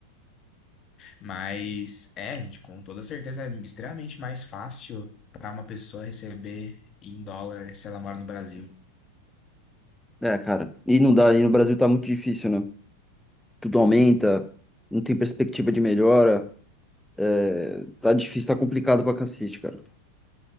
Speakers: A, on the left; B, in the centre.
A: Mas é, de- com toda certeza, é extremamente mais fácil para uma pessoa receber em dólar se ela mora no Brasil.
B: É, cara. E não dá, e no Brasil tá muito difícil, né? Tudo aumenta, não tem perspectiva de melhora. É, tá difícil, tá complicado pra cacete, cara.